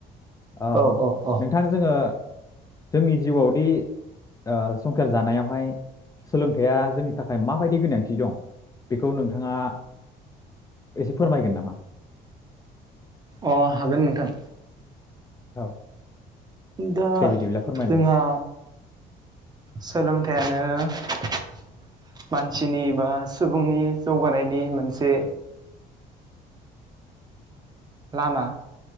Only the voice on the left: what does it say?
ओ
नोंथां जोङो जोंनि जिउआवदि ओ संखार जानायावहाय सोलोंथाइया जोंनि थाखाय माबायदि गोनांथि दं बेखौ नोंथाङा एसे फोरमायगोन नामा?
औ
दे बिदिब्ला फोरमायलाय
नोंथां